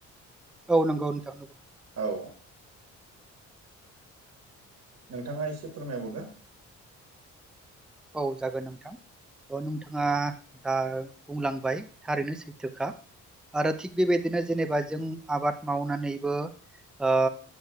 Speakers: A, in the centre; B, on the right.
A: औ नंगौ नोंथां
B: औ नोंथाङा एसे फोरमायबावदो
A: औ जागोन नोंथां अ नोंथाङा दा बुंलांबाय थारैनो सैथोखा आरो थिग बेबायदिनो जेनेबा जों आबाद मावनानैबो ओ